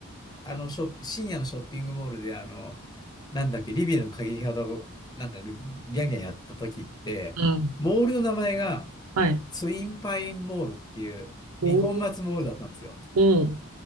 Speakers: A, on the left (about 20°); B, on the right (about 80°).
A: あの、ショッ、深夜のショッピングモールで、あの、なんだっけ、リビアの鍵型を、なんか、ギャンギャンやった時って、
B: うん。
A: モールの名前が、
B: はい。
A: ツインパインモールっていう、二本松モールだったんですよ。
B: おー。うん。